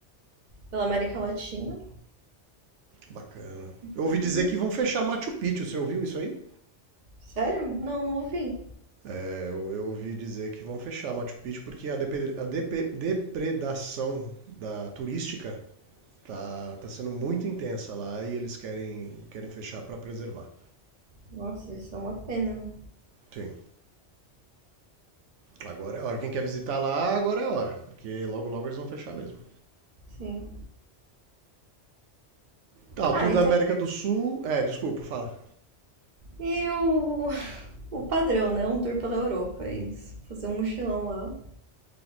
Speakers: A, on the right (about 40°); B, on the right (about 85°).
A: pela América Latina.
B: Bacana. Eu ouvi
A: Não-
B: dizer que vão fechar Machu Picchu, você ouviu isso aí?
A: Sério? Não, não ouvi.
B: É, eu, eu ouvi dizer que vão fechar Machu Picchu porque a, depre- a depe- depredação da turística tá, tá sendo muito intensa lá e eles querem, querem fechar pra preservar.
A: Nossa, isso é uma pena.
B: Sim, agora é hora. Quem quer visitar lá, agora é hora, porque logo logo eles vão fechar mesmo.
A: Sim.
B: Tá, o
A: Ah,
B: Tour da
A: então.
B: América do Sul. É, desculpa, fala.
A: E o, <laughs> o padrão, né? Um tour pela Europa, é isso. Fazer um mochilão lá.